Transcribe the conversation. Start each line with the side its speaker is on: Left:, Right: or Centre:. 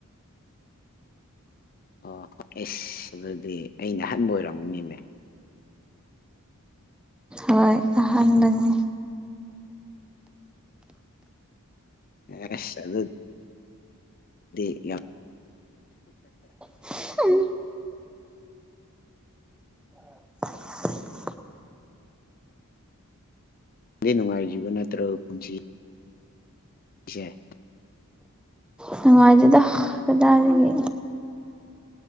Left: ꯑꯣꯏ ꯑꯦꯁ ꯑꯗꯨꯗꯤ ꯑꯩꯅ ꯑꯍꯥꯟꯕ ꯑꯣꯏꯔꯝꯒꯅꯤꯅꯦ
Centre: ꯍꯣꯏ ꯑꯍꯥꯟꯕꯅꯤ
Left: ꯑꯦꯁ‌ ꯑꯗꯨ ꯑ ꯌꯥ꯫
Centre: ꯍꯨꯝ <unintelligible>
Left: ꯗꯤ ꯅꯨꯡꯉꯥꯏꯔꯤꯕ ꯅꯠꯇ꯭ꯔ‌ꯣ ꯄꯨꯟꯁꯤ ꯏꯁ‌ꯦ
Centre: ꯅꯨꯡꯉꯥꯏꯗ‌ꯦꯗ ꯀꯗꯥꯏꯗꯒꯤ